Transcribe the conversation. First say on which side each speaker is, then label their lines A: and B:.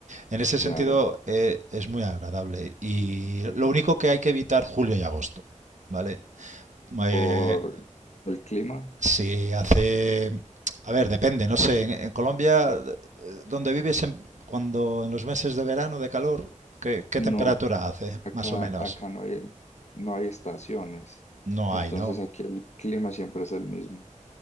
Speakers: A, on the right; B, on the left.
A: en ese sentido
B: claro.
A: eh, es muy agradable. Y lo único que hay que evitar julio y agosto, ¿vale? Eh,
B: por el clima.
A: si hace... A ver, depende, no sé, en, en Colombia, eh, donde vives en- cuando en los meses de verano, de calor, ¿qué, qué
B: No,
A: temperatura hace,
B: acá,
A: más o menos?
B: acá no hay, no hay estaciones.
A: No
B: Entonces
A: hay, ¿no?
B: aquí el clima siempre es el mismo.